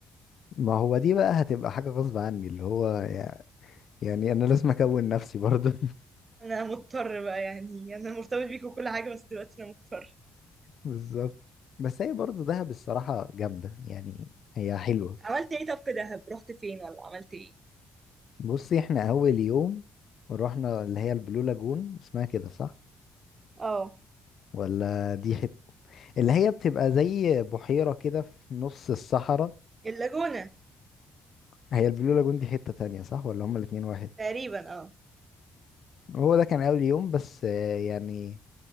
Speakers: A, on the left; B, on the right.
A: ما هو دي بقى هتبقى حاجه غصب عني اللي هو يعني انا لازم اكون نفسي برضه
B: انا مضطر بقى يعني انا مرتبط بيك وكل حاجه بس دلوقتي انا مضطر
A: بالظبط بس هي برضه دهب الصراحة جامدة يعني هي حلوة
B: عملت ايه طب في دهب رحت فين ولا عملت ايه
A: بصي احنا أول يوم رحنا اللي هي البلو لاجون اسمها كده صح؟
B: اه
A: ولا دي حتة اللي هي بتبقى زي بحيرة كده في نص الصحراء
B: اللاجونه
A: هي البلو لاجون دي حتة تانية صح؟ ولا هما الاتنين واحد؟
B: تقريبا اه
A: هو ده كان أول يوم بس آه، يعني